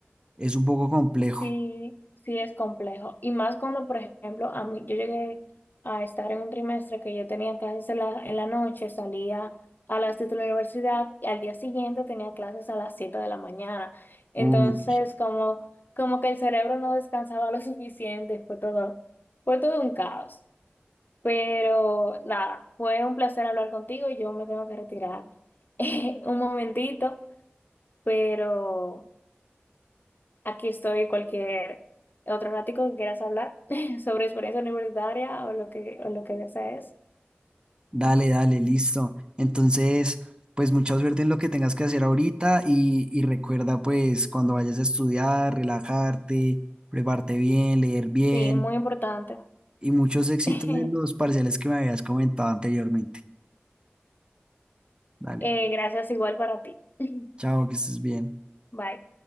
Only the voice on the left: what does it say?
Sí, sí es complejo. Y más cuando, por ejemplo, a mí, yo llegué a estar en un trimestre que yo tenía clases en la, en la noche, salía a las 7 de la universidad y al día siguiente tenía clases a las 7 de la mañana. Entonces,
como, como que el cerebro no descansaba <laughs> lo suficiente, fue todo, fue todo un caos. Pero nada, fue un placer hablar contigo. Yo me tengo que retirar <laughs> un momentito, pero... Aquí estoy cualquier otro ratico que quieras hablar <laughs> sobre experiencia universitaria o lo que, o lo que desees.
Sí, muy importante.
<laughs>
Eh, gracias igual para ti. <laughs>
Bye.